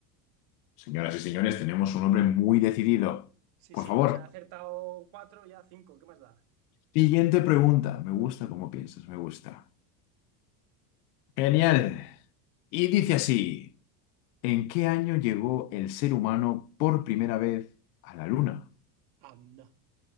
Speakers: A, on the left (about 65°); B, on the right (about 55°).
A: Señoras y señores, tenemos un hombre muy decidido.
B: Sí,
A: Por
B: sí,
A: favor,
B: o sea, he acertado cuatro, ya cinco. ¿Qué más da?
A: siguiente pregunta. Me gusta cómo piensas, me gusta. Genial. Y dice así. ¿En qué año llegó el ser humano por primera vez a la Luna?
B: Anda.